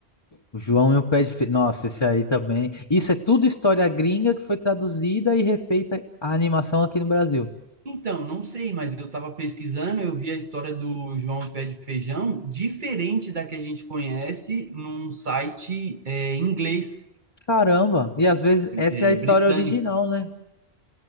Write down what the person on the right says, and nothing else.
Então, não sei, mas eu estava pesquisando, eu vi a história do João e o Pé de Feijão diferente da que a gente conhece num site é, inglês,
é,
britânico.